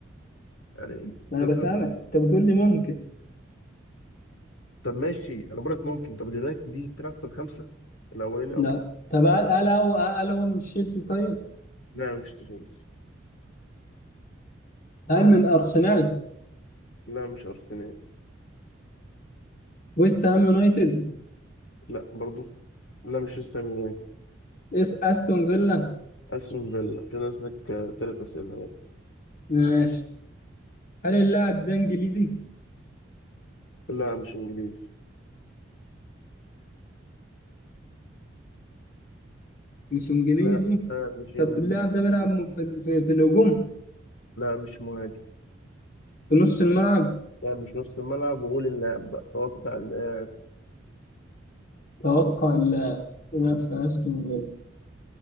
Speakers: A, on the left; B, on the left.
A: يعني
B: ما
A: نفهم
B: انا بسألك
A: بس
B: انت بتقول لي ممكن
A: طب ماشي أنا بقولك ممكن طب اليونايتد دي تلعب في الخمسة الأولاني
B: لا
A: أصلا
B: طب هل هل هو هل هو من تشيلسي طيب
A: لا مش تشيلسي
B: هل من أرسنال
A: لا مش أرسنال
B: ويست هام يونايتد
A: لا برضو لا مش وست هام يونايتد
B: اس استون فيلا
A: أستون فيلا كده نازلك تلات أسئلة
B: ماشي هل اللاعب ده انجليزي
A: لا مش إنجليزي
B: مش انجليزي
A: لا آه مش إنجليزي
B: طب اللاعب ده بيلعب م- في ال- في, في الهجوم
A: لا مش مهاجم
B: في نص الملعب
A: لا مش نص الملعب وقول اللاعب بقى هو بتاع اللاعب
B: توقع اللاعب بيلعب في استون فيلا